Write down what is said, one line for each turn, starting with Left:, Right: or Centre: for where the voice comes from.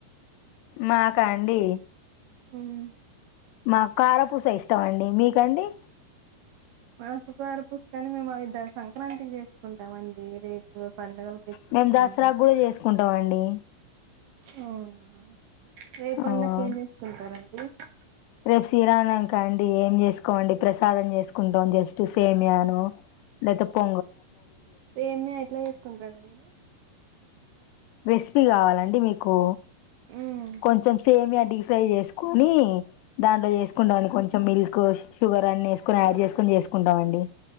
Left: మాకా అండి
Right: ఉమ్మ్
Left: మా కారపూస ఇష్టం అండి మీకండి
Right: <unintelligible> మాకుకారు పుస్తకాన్ని మేమువిధ సంక్రాంతి చేసుకుంటాం అండి రేపు పండుగలకి చేసుకోమండి
Left: మేము దసరా గూడా చేసుకుంటాం అండి
Right: అవునా రే పండక్కి
Left: ఆ!
Right: ఏంచేసుకుంటారండి అ
Left: రేపు శ్రీరామ నవమి కదండి ఏం చేసుకోమండి ప్రసాదం చేసుకుంటాం జస్ట్ సేమయానో లేపోతే పొ
Right: సేమ్యా ఎట్ల చేసుకుంటరండి మీరు
Left: రెసిపీ కావాలండి మీకు.
Right: ఉమ్
Left: కొంచెం సేమియా ఢీ ఫ్రై చేసుకొని దాంట్లో చేసుకుంటమండి కొంచెం మిల్క్ షుగర్ అన్ని వేసుకొని యాడ్ చేసుకొని చేసుకుంటాం అండి.